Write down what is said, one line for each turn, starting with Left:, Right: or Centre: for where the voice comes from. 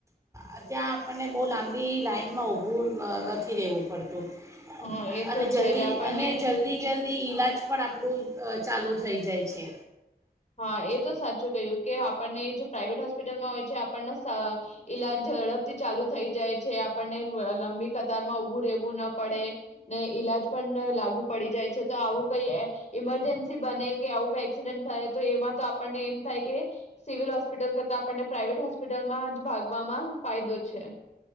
Right: અ ત્યા આપણને બો લાંબી લાઈનમાં ઊભું નથી અ રહેવું પડતું.
Left: હા એ તો
Right: અને જલ્દી
Left: છે જ આપણને
Right: અને જલ્દી જલ્દી તે ઈલાજ પણ આપણું ચાલુ અ થઈ જાય છે.
Left: હા એ તો સાચું કહ્યું કે આપણને જો પ્રાઇવેટ હોસ્પિટલમાં હોય છે આપણને ઈલાજ ઝડપથી ચાલુ થઈ જાય જે આપણને લંબી કતારમાં ઉભું રહેેવું ના પડે. ને ઈલાજ પણ લાગુ પડી જાય છે તો આવું કઈ એ ઈમરજન્સી બને કે આવું કઈ એક્સિડેન્ટ થાય એમાં તો આપણને એમ થાય કે સિવિલ હોસ્પિટલ કરતા આપણને પ્રાઇવેટ હોસ્પિટલમાં જ ભાગવામાં ફાયદો છે